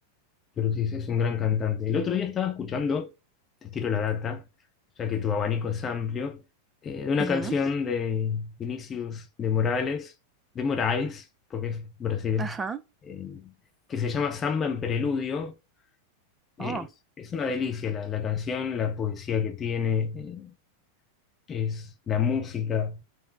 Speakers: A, on the left; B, on the right.
A: pero sí, es un gran cantante. El otro día estaba escuchando, te tiro la data, ya que tu abanico es amplio, eh, de una
B: Ujú.
A: canción de Vinicius de Morales, de Moraes, porque es Brasil,
B: Ajá.
A: eh, que se llama Samba en Preludio. Eh,
B: Oh.
A: es, es una delicia la, la canción, la poesía que tiene, eh, es la música.